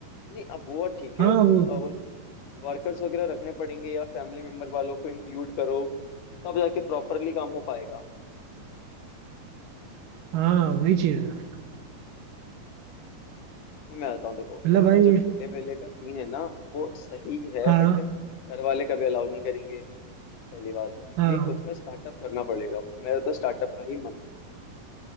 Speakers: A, on the left (about 70°); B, on the right (about 70°).
A: नहीं अब वो ठीक
B: हाँ
A: है लोग
B: वो
A: वर्कर्स वगैरह रखने पड़ेंगे या फैमिली मेंबर वालों को इंक्लूड करो तब जाके प्रॉपरली काम हो पाएगा
B: हाँ वही चीज है
A: नहीं मैं बताऊँ देखो
B: मतलब भाई
A: अ, जो ठेले वेले का सीन है ना वो सही है
B: हाँ
A: बट घर वाले कभी अलाउ नहीं करेंगे पहली बात इसलिए
B: हाँ
A: खुद का स्टार्टअप करना पड़ेगा मेरा तो स्टार्टअप का ही मन है